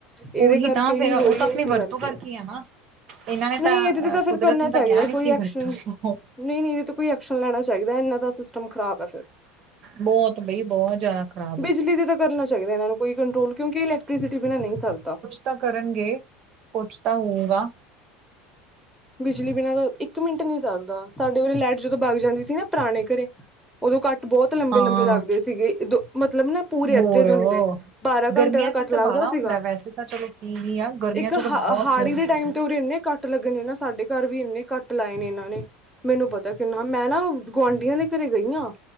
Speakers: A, in the centre; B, on the right.
A: ਏਦੇ
B: ਉਹੀ
A: ਕਰਕੇ
B: ਤਾਂ ਫੇਰ
A: ਹੀ ਹੋਰੀ
B: ਉਹ ਤਾਂ
A: ਐ।
B: ਆਪਣੀ
A: ਇਸੀ
B: ਵਰਤੋਂ
A: ਕਾਰਕੇ,
B: ਕਰਕੇ ਆ ਨਾ। ਇਹਨਾਂ ਨੇ
A: ਨਈ
B: ਤਾਂ
A: ਏਦੇ ਤੇ ਤਾ ਫੇਰ
B: ਕੁਦਰਤ
A: ਕਰਨਾ
B: ਨੇ
A: ਚਾਈਦਾ
B: ਤਾਂ ਕਿਹਾ ਨੀ
A: ਕੋਈ
B: ਸੀ
A: ਐਕਸ਼ਨ
B: ਵਰਤੋਂ।
A: ਨਈ-ਨਈ ਏਦੇ ਤੇ ਕੋਈ ਐਕਸ਼ਨ ਲੈਣਾ ਚਾਈਦਾ ਏਨਾ ਦਾ ਸਿਸਟਮ ਖਰਾਬ ਐ ਫਿਰ,
B: ਬਹੁਤ ਬਈ ਬਹੁਤ ਜ਼ਿਆਦਾ ਖ਼ਰਾਬ
A: ਬਿਜਲੀ
B: ਆ
A: ਦੀ ਤਾ ਕਰਨਾ ਚਾਈਦਾ ਏਨਾ ਨੂੰ ਕੋਈ ਕੰਟਰੋਲ ਕਯੋਂਕਿ ਇਲੇਕਟ੍ਰੀਸੀਟੀ ਬਿਨਾ ਨਈ ਸਾਰਦਾ।
B: ਤਾ ਕਰਨਗੇ, ਕੋਛ ਤਾ ਹੋਊਗਾ।
A: ਬਿਜਲੀ ਬਿਨਾ ਦਾ ਇੱਕ ਮਿੰਟ ਨੀ ਸਾਰਦਾ, ਸਾਡੇ ਉਰੇ ਲੈਟ ਜਦੋ ਬਾਗ ਜਾਂਦੀ ਸੀ ਨਾ ਪਰਾਣੇ ਘਰੇ ਓਦੋ ਕਾੱਟ ਬੋਤ ਲੰਬੇ-ਲੰਬੇ
B: ਹਾਂ
A: ਲਾੱਗਦੇ ਸੀਗੇ, ਇਦੋ ਮਤਲਬ ਨਾ ਪੂਰੇ
B: ਹੋਰ
A: ਅੱਧੇ ਦੇਨ ਦੇ। ਬਾਰਾਂ ਘੰਟੇ
B: ਗਰਮੀਆਂ
A: ਦਾ ਕਾੱਟ
B: ਚ ਤਾਂ
A: ਲਾੱਗਦਾ
B: ਬਾਲਾ ਹੁੰਦਾ
A: ਸੀਗਾ।
B: ਵੈਸੇ ਚਲੋ <unintelligible> ਆ। ਗਰਮੀਆਂ
A: ਇੱਕ
B: ਚ ਤਾਂ
A: ਹਾ
B: ਬਹੁਤ
A: ਹਾੜੀ
B: ਜ਼ਰੂਰੀ
A: ਦੇ ਟਾਈਮ ਤੇ ਉਰੇ ਇੰਨੇ ਕਾੱਟ ਲੱਗਣੇ ਨਾ ਸਾਡੇ ਘਰ ਵੀ ਇੰਨੇ ਕਾੱਟ ਲਾਏ ਨੇ ਏਨਾ ਨੇ। ਮੈਨੂੰ ਪਤਾ ਕਿੰਨਾ ਮੈਂ ਨਾ ਗੁਆਂਢੀਆਂ ਦੇ ਘਰੇ ਗਈ ਆਂ,